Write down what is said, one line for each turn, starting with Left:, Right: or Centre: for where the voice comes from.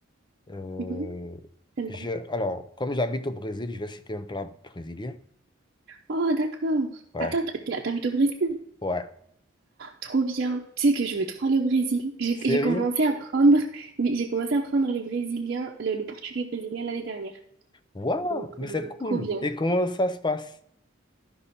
Left: euh,
Right: mhm, t'aimes
Left: je,
Right: quoi?
Left: alors, comme j'habite au Brésil, je vais citer un plat brésilien.
Right: Oh, d'accord.
Left: Ouais,
Right: Attends, t'as- t'as- t'habites au Brésil?
Left: ouais.
Right: Trop bien. Tu sais que je veux trop aller au Brésil. J'ai
Left: Sérieux?
Right: j'ai commencé à apprendre, oui, j'ai commencé à apprendre le brésilien, le, le portugais brésilien l'année dernière.
Left: Waouh,
Right: Donc,
Left: mais
Right: euh,
Left: c'est cool.
Right: trop bien.
Left: Et comment ça se passe?